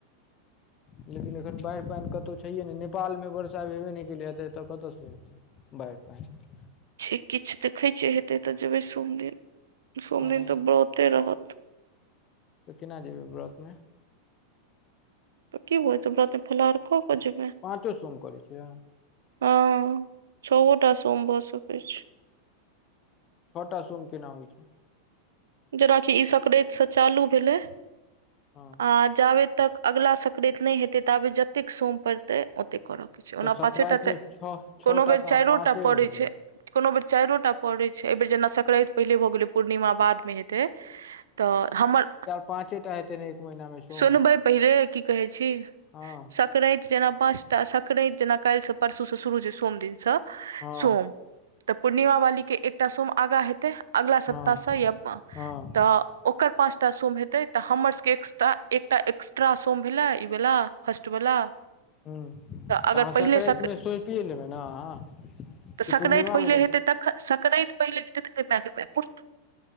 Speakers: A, on the left; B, on the right.
A: लेकिन एखन बाइढ़ पैन कतौ छैहे नहि नेपाल में वर्षा भेबे नहि केलैए तऽ एतऽ कतऽ सँ हेतै। बाढि पैन
B: छैय किछ देखै छियै हेतै तऽ जेबै सोम दिन सोम
A: हँ
B: दिन तऽ ब्रते रहत।
A: तऽ केना जेबै व्रत में।
B: तऽ की भऽ जेतै व्रते फल्हार कऽ कऽ जेबै।
A: पाँचो सोम करै छियै?
B: हँ छओटा सोम भऽ सकै छैय।
A: छटा सोम केना होइ छैय।
B: जेनाकि ई सक्रैत सऽ चालू भेलै
A: हँ
B: आ जाबे तक अगला सक्रैत नै हेतै ताबे जतेक सोम पड़तै। ओते करऽ के छै,
A: तऽ
B: ओना
A: सप्राइत
B: पाँचेटा चै
A: मे छओ छओ
B: कोनो
A: टा
B: बेर
A: कहाँ
B: चाएरोटा
A: पाँचे होइ
B: पड़ै छै। कुनू बेर चाएरोटा पड़े छै, एबेर जेना सक्रैत पहिले भऽ गेलै पूर्णिमा बाद मे हे तै तऽ हमर
A: पाँचेटा हे तै ने एक महीना मे। सोम
B: सुनबै पैहले की कहे छी,
A: हँ
B: सक्रैत जेना पाँच टा सक्रैत जेना काएल से, परसू से शुरू छै सोम दिन से
A: हँ
B: सोम। तऽ पूर्णिमा वाली के एकटा सोम अगाँ हेतै। अगला सप्ताह
A: हँ
B: से या आ
A: हँ
B: तऽ ओकर पाँचटा सोम हेतै तऽ हमर सबके तऽ एकटा एक्स्ट्रा सोम भेलै ई वला फर्स्ट वला।
A: हुं
B: अगर
A: तऽ अहाँ
B: पहिले
A: सक्रैत
B: सक
A: मे सौपिये लेबै ना अहाँ।
B: तऽ
A: कि
B: सक्रैत
A: पूर्णिमा
B: पहिले
A: मे जा
B: हेतै तखन सक्रैत पहिले हेतै ते गे माय गे माय पुर